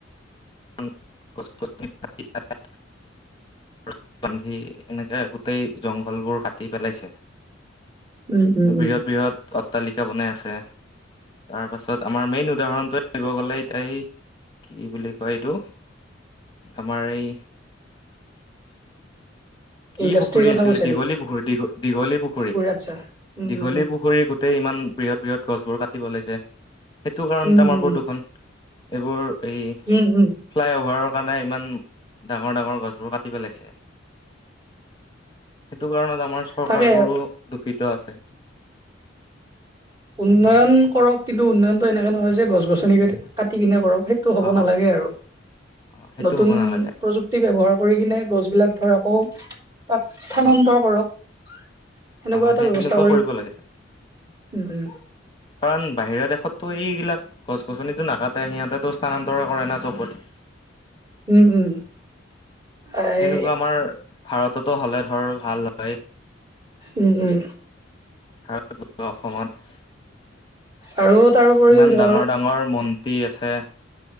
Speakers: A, on the left; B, on the right.
A: <unintelligible> <unintelligible> বান্ধি এনেকে গোটেই জংঘলবোৰ কাটি পেলাইছে
B: উম, উম,
A: বৃহৎ
B: উম,
A: বৃহৎ অট্টালিকা বনাই আছে তাৰ পাছত আমাৰ মেইন উদাহৰণটোৱে দিব গ'লে এ ত এই কি বুলি কয় এইটো আমাৰ এই কি
B: ইণ্ডাষ্ট্ৰীৰ
A: পুখুৰী
B: কথা
A: আছিলে
B: কৈছা
A: দীঘলী
B: নেকি?
A: পুখুৰী দীঘ দীঘলী পুখুৰী
B: আচ্ছা। উম,
A: দীঘলী
B: উম, উম,
A: পুখুৰীৰ গোটই ইমান বৃহৎ বৃহৎ গছবোৰ কাটিব লৈছে সেইটো কাৰণতে
B: উম, উম,
A: আমাৰ
B: উম,
A: প্ৰদূষণ এইবোৰ এই
B: উম, উম,
A: ফ্লাইঅভাৰৰ নাই ইমান ডাঙৰ ডাঙৰ গছবোৰ কাটি পেলাইছে সেইটো কাৰণত আমাৰ চৰকাৰ
B: তাকে
A: বোৰো দূখিত আছে
B: উন্নয়ন কৰক কিন্তু উন্নয়নতটো এনেকে নহয় যে গছ গছনি কাটি কিনে কৰক সেইটো হ'ব
A: অ
B: নালাগে আৰু
A: অ সেইটো
B: নতুন
A: হ'ব নালাগে
B: প্ৰযুক্তি ব্যৱহাৰ কৰি কিনে গছ বিলাক ধৰা তাক স্থানান্তৰ
A: অ
B: কৰক সেনেকুৱা
A: অ
B: এটা
A: সেই
B: ব্যৱস্থা
A: হেনেকুৱা কৰিব লাগে
B: উম, উম,
A: কাৰণ বাহিৰা দেশতটো এইবিলাক গছ গছনিটো <unintelligible> তাতে সিহঁতে স্থানান্তৰে কৰে না চবত
B: উম উম এই
A: সেনেকুৱা আমাৰ ভাৰততো হ'লে ধৰ ভাল হয়।
B: উম, উম,
A: <unintelligible> অসমত।
B: আৰু তাৰোপৰিও
A: ইমান
B: ধৰ
A: ডাঙৰ ডাঙৰ মন্তী আছে।